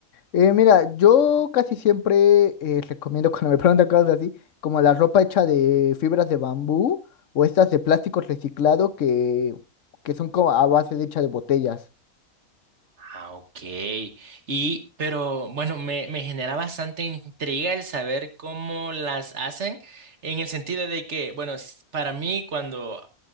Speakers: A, on the left; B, on the right.
A: Eh, mira, yo casi siempre eh, recomiendo <laughs> cuando me preguntan cosas así, como la ropa hecha de fibras de bambú o estas de plástico reciclado que, que son como a base de hecha de botellas.
B: Ah, ok. Y, pero bueno, me, me genera bastante intriga el saber cómo las hacen, en el sentido de que, bueno, s- para mí cuando